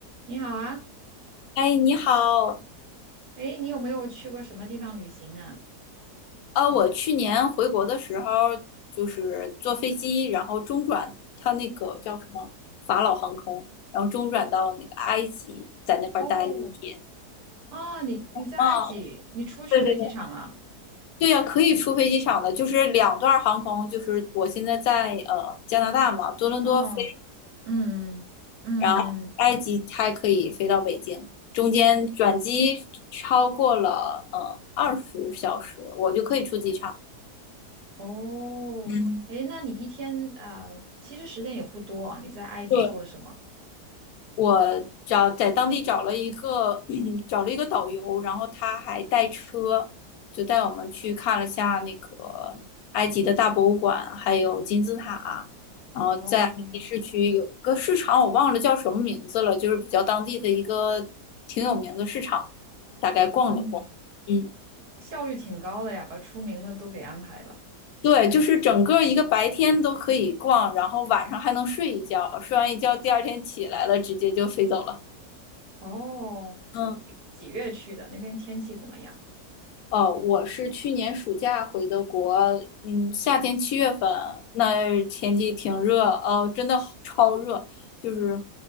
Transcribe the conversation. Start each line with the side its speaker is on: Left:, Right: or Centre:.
Right: 你好啊，
Left: 哎，你好，
Right: 诶，你有没有去过什么地方旅行啊？
Left: 呃，我去年回国的时候，就是坐飞机，然后中转，它那个叫什么法老航空，然后中转到那个埃及，在那块儿待了一天。
Right: 哦，啊，你你在埃及，
Left: 啊，
Right: 你出去飞机场了？
Left: 对对对，对呀，可以出飞机场的，就是两段航空，就是我现在在呃加拿大嘛，多伦多飞，
Right: 哦，嗯嗯，
Left: 然后埃及还可以飞到北京，中间转机超过了呃二十小时，我就可以出机场。
Right: 哦，
Left: 嗯。
Right: 诶，那你一天啊，呃其实时间也不多啊，你在埃及做了什么？
Left: 对。我找在当地找了一个 <clears throat> 找了一个导游，然后他还带车，就带我们去看了下那个埃及的大博物馆，还有金字塔，然后在埃及市区有一个市场，
Right: 哦，
Left: 我忘了叫什么名字了，就是比较当地的一个挺有名的市场，大概逛了逛，
Right: 嗯，
Left: 嗯。
Right: 效率挺高的呀，把出名的都给安排了。
Left: 对，就是整个一个白天都可以逛，然后晚上还能睡一觉，睡完一觉第二天起来了，直接就飞走了。
Right: 哦，
Left: 嗯。
Right: 你是几月去的？那边天气怎么样？
Left: 哦，我是去年暑假回的国，嗯，夏天七月份，那天气挺热，哦，真的好超热，就是